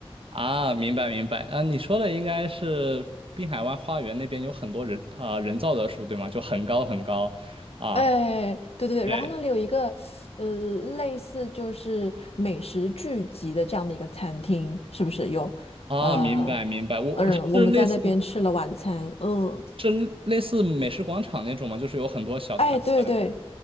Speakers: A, on the right; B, on the left.
A: 啊，明白明白。啊，你说的应该是滨海湾花园那边有很多人啊、人造的树，对吗？就很高很高啊。
B: 哎，对对对，
A: 对。
B: 然后那里有一个呃，类似就是美食聚集的这样的一个餐厅，是不是有？
A: 啊，
B: 呃，
A: 明白明白，我是类似。
B: 嗯，我们在那边吃了晚餐，嗯，
A: 是类似美食广场那种吗？就是有很多小摊贩。
B: 哎，对对，